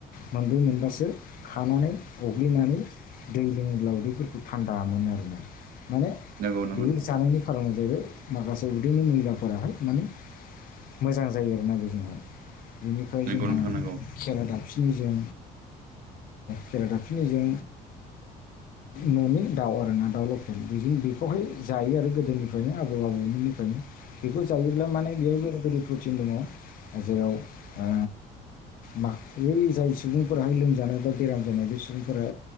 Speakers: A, on the left; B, on the right.
A: मोनब्रै मोनबासो खानानै अग्लिनानै दै लोङोब्लाावदैफोरखौ थान्दामोन आरो ना माने
B: नंगौ नंगौ नोंथां
A: बेबो जानायनि खारनाव जाहैबाय माखासे उदैनि मैलाफोराहाय माने मोजां जायो आरोना बेजोंहाय बेनिफ्राय
B: नंगौ
A: जोंहा
B: नोंथां नंगौ
A: खेरा दाब फिनिजों खेरा दाफिनिजों न'नि दाउ आरोना दाउ लकेल बि बेखौहाय जायो आरो गोदोनिफ्रायनो आबौ निफ्रायनो बेखौ जायोब्ला माने बेहाय प्रुटिन दङ जेराव ओ माखै जाय सुबुंफोराहाय लोमजानाय बा बेराम जानाय बे सुबुंफोरा